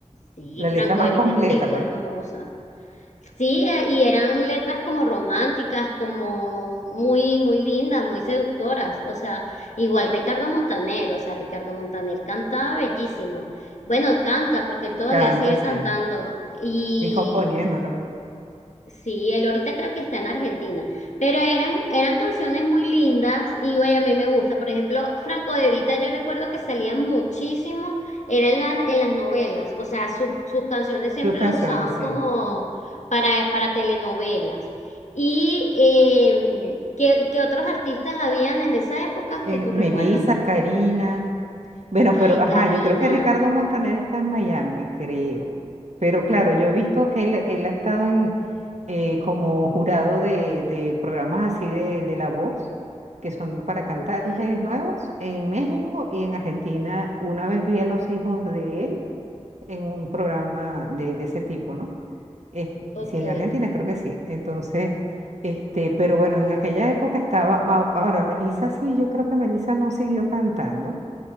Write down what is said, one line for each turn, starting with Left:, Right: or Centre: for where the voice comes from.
Left: Sí,
Right: la letra
Left: Franco
Right: más
Left: Evita
Right: completa,
Left: escribía
Right: pues.
Left: hermosa. Sí, eh, y eran letras como románticas, como muy, muy lindas, muy seductoras. O sea, igual Ricardo Montaner, o sea, Ricardo Montaner cantaba bellísimo. Bueno, canta porque todavía
Right: Canta,
Left: sigue
Right: sí.
Left: cantando. Y
Right: Y componiendo también
Left: Sí, él ahorita creo que está en Argentina, pero eran, eran canciones muy lindas y güey, a mí me gusta. Por ejemplo, Franco De Vita, yo recuerdo que salían muchísimo, eran las, en las novelas, o sea, su- sus canciones siempre
Right: sus canciones,
Left: lo usaban
Right: sí.
Left: como para, para telenovelas. ¿Y eh, ¿qué, qué otros artistas habían en esa época
Right: En
Left: que tú
Right: Melissa,
Left: recuerdas?
Right: Karina. Bueno,
Left: Ay,
Right: pero ajá,
Left: Karina,
Right: yo creo que Ricardo Montaner está en Miami, creo. Pero claro, yo he visto que él, él ha estado en eh, como jurado de, de programas así de, de La Voz, que son para cantantes
Left: ok,
Right: nuevos, en México y en Argentina. Una vez vi a los hijos de él en un programa de, de ese tipo, ¿no? Es-
Left: ok.
Right: sí, en Argentina creo que sí. Entonces, este, pero bueno, en aquella época estaba, ma- ahora Melissa sí, yo creo que Melissa no siguió cantando,